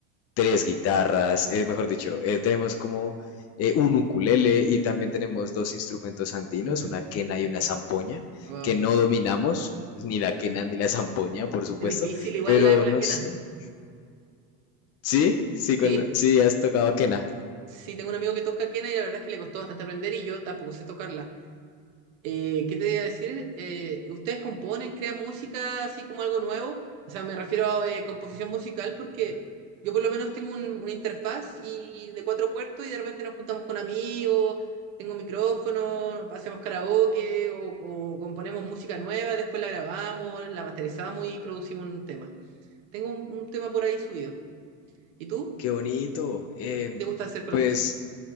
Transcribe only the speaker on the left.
tres guitarras, eh, mejor dicho, eh, tenemos como eh, un ukulele y también tenemos dos instrumentos andinos,
una quena y una zampoña,
que no dominamos, ni la quena ni la zampoña, por supuesto,
pero
no
sé. Sí, sí,
con, sí, has tocado quena.
Qué bonito. Eh,
pues